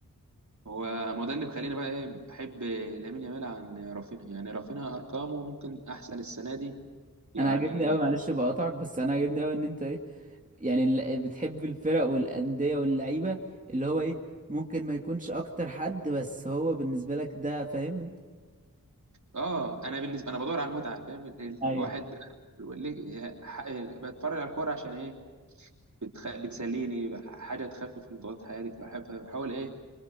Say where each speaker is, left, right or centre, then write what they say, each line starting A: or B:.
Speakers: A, on the right; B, on the right.
A: هو ما هو ده اللي مخليني بقى ايه بحب آه، لامين يامال عن رافينها يعني رافينها ارقامه ممكن احسن السنه دي يعني
B: انا عاجبني قوي معلش بقطعك بس انا عاجبني قوي ان انت ايه يعني ال- بتحب الفرق والانديه واللعيبه اللي هو ايه ممكن ما يكونش اكتر حد بس هو بالنسبه لك ده فاهم انت
A: اه انا بالنسبه انا بدور على المتعه فاهم ال- ال-
B: ايوه
A: الواحد ب- ليه- ح- بتفرج على الكوره عشان ايه بتخ... بتسليني بح- حاجه تخفف من ضغط حياتي فبحب- فبحاول ايه